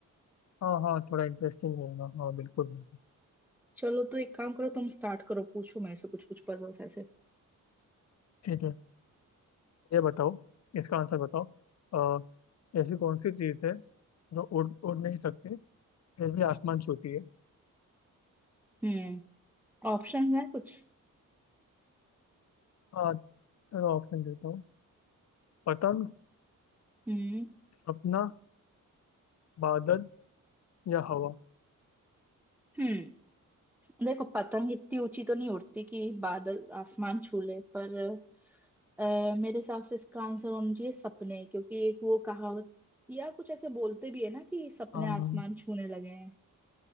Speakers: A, on the left; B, in the centre.
A: हाँ हाँ थोड़ा इंटरेस्टिंग रहेगा हाँ बिल्कुल बिल्कुल
B: चलो तो एक काम करो तुम स्टार्ट करो पूछो मेरे से कुछ कुछ पजल्स ऐसे
A: ठीक है ये बताओ इसका आंसर बताओ अ, ऐसी कौन सी चीज़ है जो उड़ उड़ नहीं सकती फिर भी आसमान छूती है
B: हम्म ऑप्शंस हैं कुछ
A: हाँ चलो ऑप्शन देता हूँ पतंग
B: हम्म
A: सपना बादल या हवा
B: हम्म देखो पतंग इतनी ऊंची तो नहीं उड़ती कि बादल आसमान छू ले पर अ, मेरे हिसाब से इसका आंसर होना चाहिए सपने क्योंकि एक वो कहावत या कुछ ऐसे बोलते भी है ना कि सपने
A: हाँ
B: आसमान छूने लगे हैं